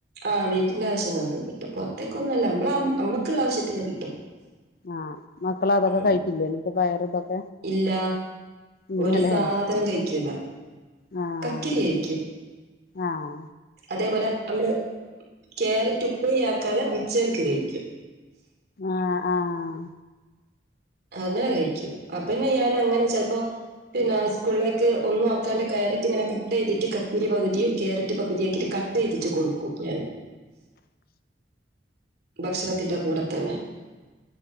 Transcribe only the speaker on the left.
ആഹ് മക്കള അതൊക്കെ
കഴിക്കില്ലേ ഇപ്പ പയറ് ഇതൊക്കെ
ഇല്ലല്ലേ
ആഹ്
ആഹ്
ആഹ് ആഹ്